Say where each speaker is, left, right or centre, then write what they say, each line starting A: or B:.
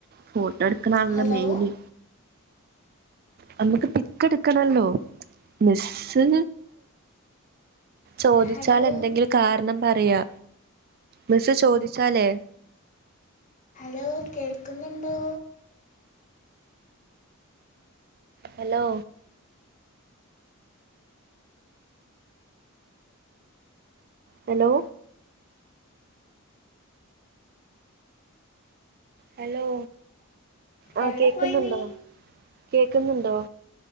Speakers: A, on the right; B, on the left.
A: ഫട്ട നടടുക്ക നാളല്ല
B: ഹലോ
A: മെയയിനിി നമ്മുക്ക് പിക്ക് എടുക്കണല്ലോ മെസ്സ് ചോദിച്ചാൽ
B: ഹലോ
A: എന്തെങ്കിലും കാരണം പറയാ മിസ്സ് ചോദിച്ചാലേ
B: ലോ കേൾക്ന്ന്ണ്ടോ
A: ഹലോ ഹലോ ഹലോ ആ
B: എവിടെ
A: കേക്ന്ന്ണ്ടോ
B: പോയി നീ
A: കേക്ന്ന്ണ്ടോ?